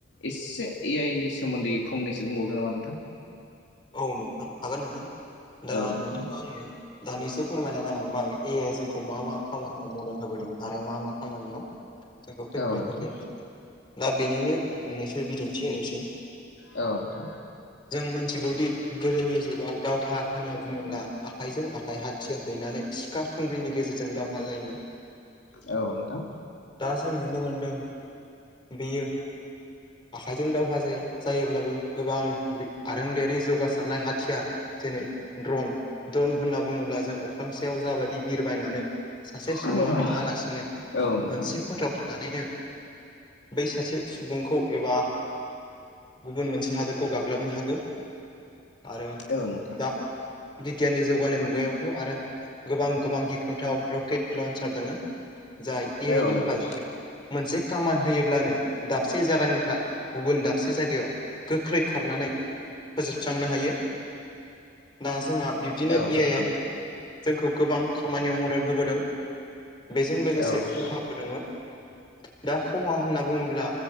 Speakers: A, on the left; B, on the left.
A: एसे ए आइनि सोमोन्दै फंनैसो बुंबावदों नामा नोंथां?
B: औ नोंथां हागोन नोंथां दा
A: औ नोंथां
B: नोंथाङा आंनि दानिसो फोरमायना गालांबाय ए जोंखौ खौ मा मा खामानियाव मदद होबोदों आरो मा मा खामानियाव जोंखौ खैफोदाव
A: औ नोंथां
B: खोख्लैनो हागौ। दा बेनिनो मोननैसो बिदिन्थि होनोसै
A: औ नोंथां
B: जों मोनथिगौ। गोदोनि जुगाव दावहा होनना बुङोब्ला आखाइजों आखाइ हाथियार दैनानै। खुंग्रिनि गेजेरजों दावहा जायोमोन।
A: औ नोंथां
B: दा जों नुनो मोनदों बेयो। आखाइजों दावहा जाया जायोब्लाबो गोबां आरोंदायारि जौगासारनाय हाथियार। जेरै ड्रन ड्रन होनना बुङोब्ला जों अख्रांसायाव जाबायदि बिरबायनानै। सासे
A: औ
B: सुबुङा
A: नोंथां
B: थाङालासिनो मोनसे
A: औ नोंथां
B: खथ खाथियाव थानानैनो बै सासे सुबुंखौ एबा। गुबुन मोनसे हादोरखौ गाग्लोबनो हागौ। आरो
A: औ नोंथां
B: दा बिगियाननि जौगानाय मुगायावथ आरो। गोबां गोबां गिख्रुंथाव रकेट लन्सार दङो जाय ए
A: औ
B: आइ नि
A: नोंथां
B: हेफाजाबै मोनसे खामान होयोब्लानो दाबसे जायगानिफ्राय गुबुन दाबसे जायगायाव। गोख्रै खारनानै फोजोबस्रांनो हायो दा जोंहा बिब्दिनो
A: औ नोंथां
B: ए आइ आबो। जोंखौ गोबां खामानियाव मदद होबोदों बेजों लोगोसे
A: औ नोंथां
B: खहा बो दोङो। दा खहा होनना बुङोब्ला